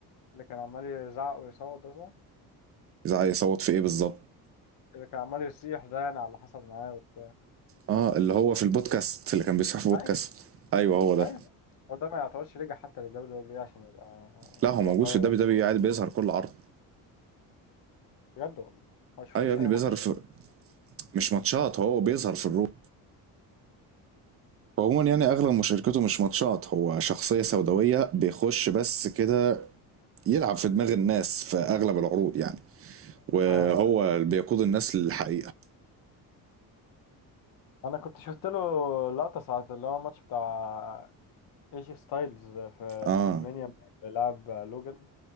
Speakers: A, on the left; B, on the right.
A: اللي كان عمال يزعق ويصوت ده صح؟
B: إذا عايز يصوت في ايه بالظبط؟
A: اللي كان عمال يصيح ده يعني على حسب معاه وبتاع
B: اه اللي هو في البودكاست اللي كان بيصحى في بودكاست
A: أيوه
B: ايوه هو ده
A: أيوه هو ده ما يعتبرش رجع حتى للدبليو دبليو دبليو إي عشان يبقى
B: لا
A: واقعي
B: هو موجود في الدبليو
A: يعني.
B: دبليو قاعد بيظهر كل عرض
A: بجد والله ما شفتوش
B: ايوه يا ابني
A: أي
B: بيظهر
A: ماتش
B: في مش ماتشات هو بيظهر في الرو هو عموما يعني اغلب مشاركته مش ماتشات هو شخصيه سوداويه بيخش بس كده يلعب في دماغ الناس في اغلب العروض يعني وهو
A: آه
B: اللي بيقود الناس للحقيقه
A: أنا كنت شفت له لقطة ساعة اللي هو الماتش بتاع ايجي ستايلز في
B: اه
A: في المنيا بيلعب لوجان